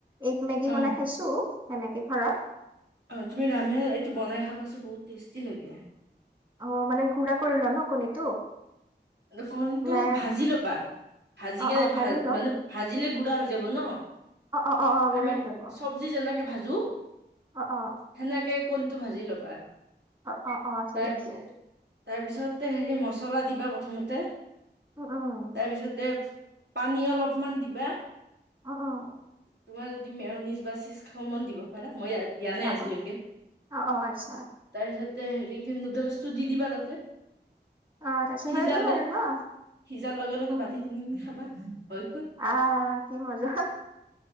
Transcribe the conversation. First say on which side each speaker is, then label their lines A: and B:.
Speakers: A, on the right; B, on the right.
A: এগ মেগী
B: অ'।
A: বনাই খাইছো এনেকে ঘৰত
B: অ', অ তুমি দামিয় এইটো বনাই খাব পাইছো বহুত টেষ্টি লাগে
A: অ মানে ঘুৰা কৰিল ন কণীটো
B: কণীটো
A: নে
B: ভাজি ল'বা ভাজি
A: অ
B: কে
A: অ
B: ভ
A: ভাজি ল'ম
B: মানে ভাজিলে গুড়া হৈ যাব ন
A: অ অ বুঢ়া
B: আমি
A: হৈ যাব
B: চব্জি যেনেকে ভাজো
A: অ অ
B: সেনেকে কোনটো ভাজি ল'বা
A: অ অ অ ঠিক
B: তাৰপ
A: আছে
B: তাৰপিছতে হেৰি মচলা দিবা প্ৰথমতে
A: উম উম
B: তাৰপিছতে পানী অলপমান দিবা
A: অ অ
B: তোমাৰ যদি দিম নিশ বাচিছ খন দিব পাৰা মই দিয়া নাই
A: অ
B: আজিলৈকে
A: অ অ অ আচ্ছা
B: তাৰপিছতে হেৰি নুডলছটো দি দিবা তাতে
A: অ তছ
B: সিজালে
A: হৈ গ'ল আৰু ন
B: সিজাৰ লগে লগে
A: উম
B: বাতি নিন খাবা হৈ গল
A: আহ কি মজা